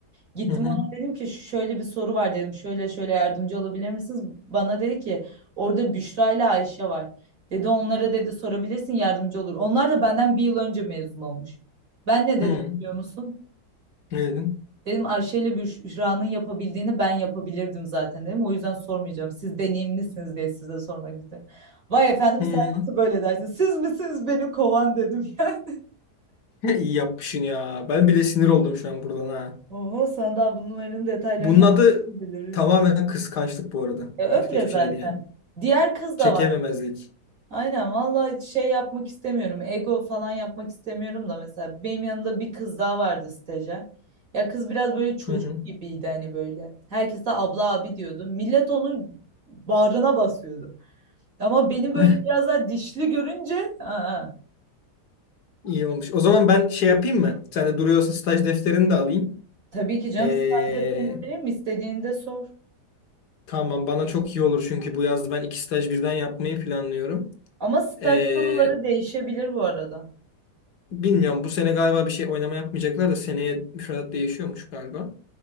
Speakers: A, on the right; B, on the left.
A: Gittim
B: Hı hı.
A: ona dedim ki şöyle bir soru var dedim. Şöyle şöyle yardımcı olabilir misiniz? Bana dedi ki orada Büşra ile Ayşe var. Dedi onlara dedi sorabilirsin yardımcı olur. Onlar da benden bir yıl önce mezun olmuş. Ben ne dedim
B: Hı.
A: biliyor musun?
B: Ne dedin?
A: Dedim Ayşe ile Büşra'nın yapabildiğini ben yapabilirdim zaten dedim. O yüzden sormayacağım. Siz deneyimlisiniz diye size sormak istedim. Vay efendim
B: Hı.
A: sen nasıl böyle dersin? Siz misiniz beni kovan dedim <laughs> yani.
B: <laughs> İyi yapmışsın ya. Ben bile sinir oldum şu an buradan ha.
A: Oho sana daha bunların detaylarını
B: Bunun adı
A: biliriz.
B: tamamen kıskançlık bu arada.
A: E, öyle
B: Başka hiçbir
A: zaten.
B: şey değil yani.
A: Diğer kız da
B: Çekememezlik.
A: var. Aynen vallahi şey yapmak istemiyorum. Ego falan yapmak istemiyorum da mesela benim yanımda bir kız daha vardı stajyer. Ya kız biraz böyle çocuk
B: Hı hı.
A: gibiydi hani böyle. Herkese abla abi diyordu. Millet onun bağrına basıyordu. Ama beni böyle
B: <laughs>
A: biraz daha dişli görünce aa,
B: İyi olmuş. O zaman ben şey yapayım mı? Sen de duruyorsa staj defterini de alayım.
A: tabii ki canım
B: Ee,
A: staj defterini vereyim mi? istediğini de sor.
B: tamam bana çok iyi olur çünkü bu yaz ben iki staj birden yapmayı planlıyorum.
A: Ama staj
B: Ee,
A: soruları değişebilir bu arada.
B: Bilmiyorum bu sene galiba bir şey oynama yapmayacaklar da seneye müfredat değişiyormuş galiba.